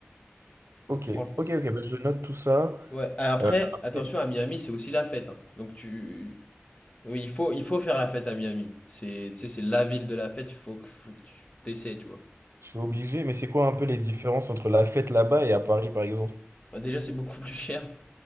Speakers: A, on the right (about 75°); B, on the left (about 25°).
A: Ok,
B: Franchement.
A: ok, ok, bah, je note tout ça.
B: Ouais, après,
A: Euh, après,
B: attention, à Miami, c'est aussi la fête. hein. Donc, tu. oui, il faut, il faut faire la fête à Miami. C'est, tu sais, c'est la ville de la fête, il faut que, faut que tu t'essaies, tu vois.
A: je suis obligé, mais c'est quoi un peu les différences entre la fête là-bas et à Paris, par exemple?
B: Bah, déjà, c'est beaucoup <laughs> plus cher.